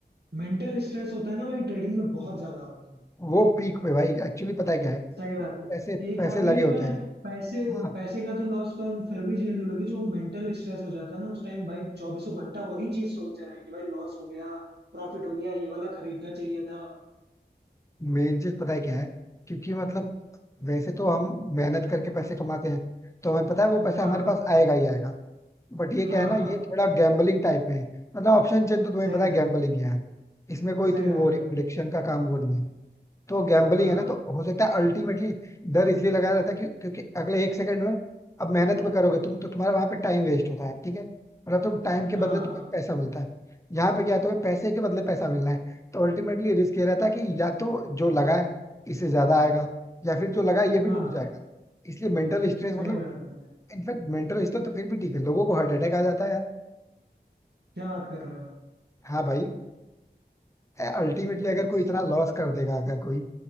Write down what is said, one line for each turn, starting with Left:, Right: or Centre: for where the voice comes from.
Right: मेंटल स्ट्रेस होता है ना भाई ट्रेडिंग में बहुत ज्यादा होता है
Left: वो पीक पे भाई एक्चुअली पता है क्या है
Right: सही बात है
Left: पैसे
Right: एक
Left: पैसे
Right: बार
Left: लगे
Right: के लिए
Left: होते
Right: मैं
Left: हैं
Right: पैसे
Left: हाँ
Right: पैसे का तो लॉस कर फिर भी झेल लूं लेकिन जो मेंटल स्ट्रेस हो जाता है ना उस टाइम भाई चौबीसों घंटा वही चीज सोच रहे हैं कि भाई लॉस हो गया प्रॉफिट हो गया ये वाला खरीदना चाहिए था
Left: मेन चीज पता है क्या है क्योंकि मतलब वैसे तो हम मेहनत करके पैसे कमाते हैं तो हमें पता है वो पैसा
Right: हाँ
Left: हमारे पास आएगा ही आएगा बट ये
Right: हाँ
Left: क्या है ना
Right: हाँ
Left: ये थोड़ा गैम्बलिंग टाइप में है मतलब ऑप्शन चेन तो तुम्हें
Right: सही
Left: पता है
Right: बात
Left: गैम्बलिंग
Right: है
Left: ही है इसमें कोई
Right: सही
Left: तुम वो
Right: बात है
Left: नहीं
Right: भाई
Left: प्रिडिक्शन का काम वो नहीं है तो गैम्बलिंग
Right: हाँ
Left: है ना तो हो सकता है अल्टीमेटली डर इसलिए लगाया रहता है कि क्योंकि अगले एक सेकंड में अब मेहनत भी करोगे तुम तो तुम्हारा वहां पे टाइम वेस्ट होता है ठीक है मतलब तुम टाइम के
Right: हाँ
Left: बदले तुम्हें
Right: हाँ
Left: पैसा मिलता है यहाँ पे क्या है तुम्हें पैसे के बदले पैसा मिलना है तो अल्टीमेटली रिस्क ये रहता है कि या तो जो लगा है इससे ज्यादा आएगा या फिर जो लगा है ये भी
Right: हाँ
Left: डूब जाएगा इसलिए मेंटल स्ट्रेस मतलब
Right: सही बात है भाई
Left: इनफैक्ट मेंटल स्ट्रेस तो फिर भी ठीक है लोगों को हार्ट अटैक आ जाता है
Right: क्या बात कर रहे हो
Left: हाँ भाई अल्टीमेटली अगर
Right: अच्छा
Left: कोई इतना लॉस कर देगा अगर कोई